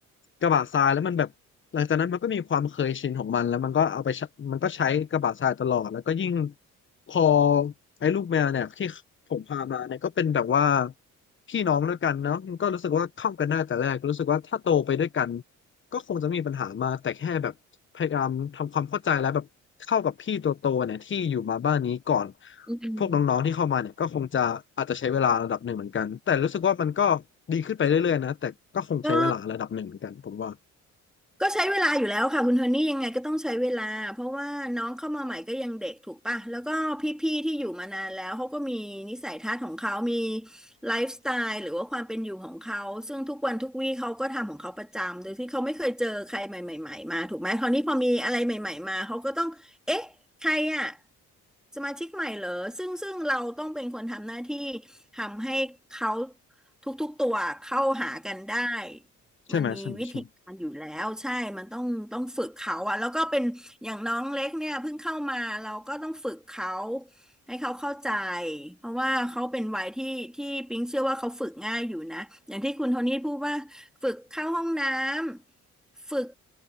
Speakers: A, on the left; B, in the centre.
A: กระบะทรายแล้วมันแบบ หลังจากนั้นมันก็มีความเคยชินของมันแล้วมันก็เอาไปใช้มันก็ใช้กระบะทรายตลอดแล้วก็ยิ่งพอไอ้ลูกแมวเนี่ยที่ผมพามาเนี่ยก็เป็นแบบว่าพี่น้องด้วยกันเนาะมันก็รู้สึกว่าเข้ากันได้แต่แรกรู้สึกว่าถ้าโตไปด้วยกันก็คงจะไมมีปัญหามากแต่แค่แบบพยายามทำความเข้าใจแล้วแบบเข้ากับพี่ตัวโตเนี่ยที่อยู่มาบ้านนี้ก่อน
B: อืม
A: พวกน้องๆที่เข้ามาเนี่ยก็คงจะอาจจะใช้เวลาระดับหนึ่งเหมือนกันแต่รู้สึกว่ามันก็ดีขึ้นไปเรื่อยๆนะแต่ก็คงใช้เวลาระดับหนึ่งเหมือนกันผมว่า
B: ก็ ก็ใช้เวลาอยู่แล้วค่ะคุณโทนี่ยังไงก็ต้องใช้เวลาเพราะว่าน้องเข้ามาใหม่ก็ยังเด็กถูกป่ะแล้วก็พี่ๆที่อยู่มานานแล้วเขาก็มีนิสัยทัศน์ของเขามีไลฟ์สไตล์หรือว่าความเป็นอยู่ของเขาซึ่งทุกวันทุกวี่เขาก็ทำของเขาประจำโดยที่เขาไม่เคยเจอใครใหม่ๆมาถูกไหมคราวนี้พอมีอะไรใหม่ๆมาเขาก็ต้องเอ๊ะใครอ่ะสมาชิกใหม่เหรอซึ่งซึ่งเราต้องเป็นคนทำหน้าที่ทำให้เขาทุกๆตัวเข้าหากันได้
A: ใช่ไหมใช่ไหมใช่
B: มันมีวิธีการอยู่แล้วใช่ มันต้องต้องฝึกเขาอะแล้วก็เป็นอย่างน้องเล็กเนี่ยเพิ่งเข้ามาเราก็ต้องฝึกเขาให้เขาเข้าใจเพราะว่าเขาเป็นวัยที่ที่ปิ๊งเชื่อว่าเขาฝึกง่ายอยู่นะอย่างที่คุณโทนี่พูดว่าฝึกเข้าห้องน้ำฝึก